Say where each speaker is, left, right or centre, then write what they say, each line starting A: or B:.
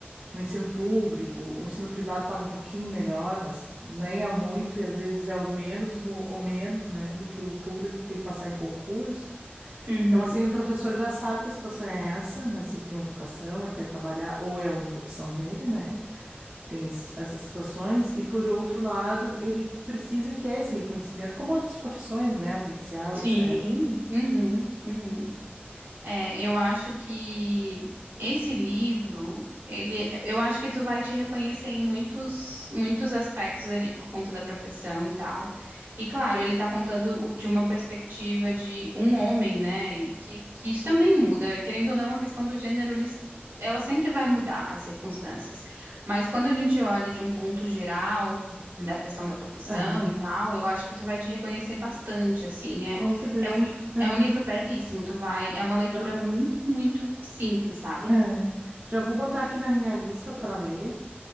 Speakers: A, on the right; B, on the right.
A: no ensino público. O ensino privado paga um pouquinho melhor, mas nem é muito e às vezes é o menos mo- ou menos, né, do que o público que tem que passar em concurso.
B: uhum.
A: Então, assim, o professor já sabe que a situação é essa, mas se ele tem a vocação, ele quer trabalhar, ou é a única opção dele, né? Tem es- essas situações. E, por outro lado, ele precisa e quer esse reconhecimento, como outras profissões, né? O policial, etc.
B: Sim, uhum, uhum. É, eu acho que esse livro, ele, eu acho que tu vai te reconhecer em muitos, muitos aspectos ali por conta da profissão e tal. E claro, ele tá contando o- de uma perspectiva de um homem, né? E que, que isso também muda, querendo ou não, a questão do gênero, ele s- ela sempre vai mudar as circunstâncias. Mas quando a gente olha de um ponto geral da questão da profissão
A: Aham,
B: e tal, eu acho que tu vai te reconhecer bastante, assim. É,
A: com certeza.
B: é um
A: Aham.
B: é um livro belíssimo, tu vai, é uma leitura
A: Já vou.
B: muito, muito simples, sabe?
A: É, já vou botar aqui na minha lista para ler.